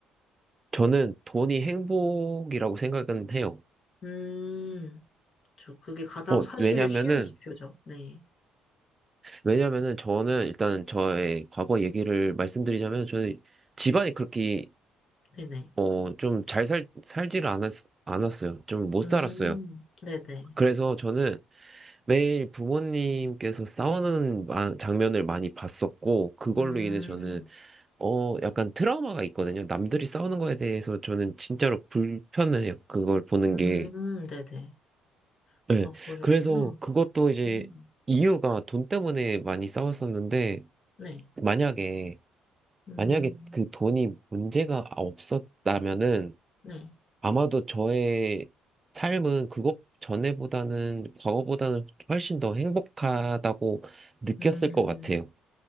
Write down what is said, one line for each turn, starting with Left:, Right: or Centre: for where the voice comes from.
Right: 저는 돈이 행복이라고 생각은 해요.
Left: 음, 저 그게 가장
Right: 어,
Left: 사실
Right: 왜냐면은,
Left: 쉬운 지표죠. 네.
Right: 왜냐면은 저는 일단 저의 과거 얘기를 말씀드리자면 저는 집안이 그렇게,
Left: 네네.
Right: 어, 좀 잘 살, 살지를 않았, 않았어요. 좀 못
Left: 음,
Right: 살았어요.
Left: 네네.
Right: 그래서 저는 매일 부모님께서 싸우는 마- 장면을 많이 봤었고, 그걸로
Left: 음,
Right: 인해 저는, 어, 약간 트라우마가 있거든요. 남들이 싸우는 거에 대해서 저는 진짜로 불편해요. 그걸 보는
Left: 음,
Right: 게.
Left: 네네.
Right: 네.
Left: 아, 그러셨구나.
Right: 그래서 그것도 이제
Left: 음.
Right: 이유가 돈 때문에 많이 싸웠었는데,
Left: 네.
Right: 만약에,
Left: 음,
Right: 만약에 그 돈이 문제가 없었다면은,
Left: 네.
Right: 아마도 저의 삶은 그것 전에보다는, 과거보다는 훨씬 더 행복하다고 느꼈을
Left: 음,
Right: 것 같아요.